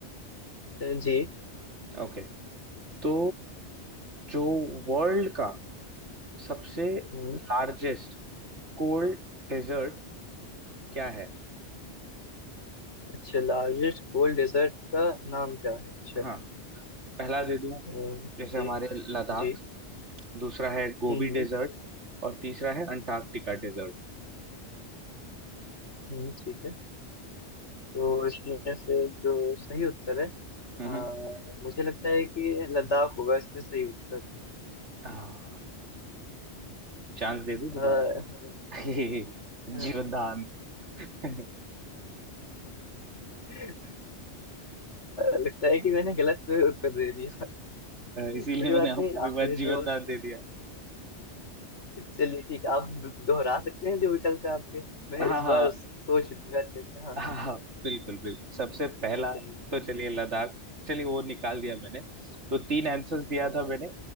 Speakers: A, on the left (about 85°); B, on the right (about 80°).
A: अ, जी
B: ओके तो जो वर्ल्ड का सबसे
A: हम्म
B: लार्जेस्ट कोल्ड डेजर्ट क्या है
A: अच्छा लार्जेस्ट कोल्ड डेजर्ट का नाम क्या है अच्छा
B: हाँ पहला दे दूं
A: हम्म,
B: जैसे
A: जी
B: हमारे लद्दाख
A: जी
B: दूसरा है गोबी
A: हम्म हम्म
B: डेजर्ट और तीसरा है अंटार्कटिका डेजर्ट
A: हम्म, ठीक है तो इसमें से जो सही उत्तर है
B: हम्म
A: अ,
B: हम्म।
A: मुझे लगता है कि लद्दाख होगा इसमें सही उत्तर
B: हाँ चांस दे दूं दोबारा
A: अ, हाँ,
B: <laughs>
A: अ,
B: जीवनदान <laughs>
A: <laughs> अच्छा लगता है कि मैंने गलत उत्तर दे दिया <laughs> कोई
B: इसीलिए
A: बात
B: मैंने
A: नहीं
B: आपको
A: आप
B: एक बार
A: मुझे जी
B: जीवनदान दे दिया
A: चलिए ठीक है आप दोहरा सकते हैं जो विकल्प है आपके मैं
B: हाँ
A: इस
B: हाँ
A: बार सोच लूंगा अच्छे से हाँ
B: हाँ
A: हाँ
B: हाँ बिल्कुल बिल्कुल सबसे पहला
A: चलिए
B: तो चलिए लद्दाख चलिए वो निकाल दिया मैंने तो तीन आंसर्स दिया
A: हाँ
B: था मैंने